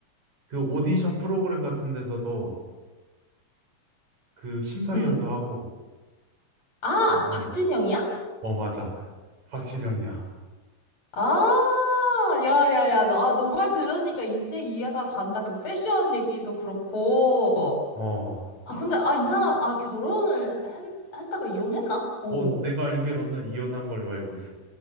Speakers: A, on the right; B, on the left.
A: 그 오디션 프로그램 같은 데서도 그 심사위원도
B: 응.
A: 하고,
B: 아,
A: 어,
B: 박진영이야?
A: 어, 맞아. 박진영이야.
B: 아, 야, 야, 야. 나 너 말 들으니까 이제 이해가 간다. 그 패션 얘기도 그렇고.
A: 어,
B: 아, 근데, 아, 이 사람, 아, 결혼을 했, 했다가 이혼했나? 어.
A: 어, 내가 알기로는 이혼한 걸로 알고 있어.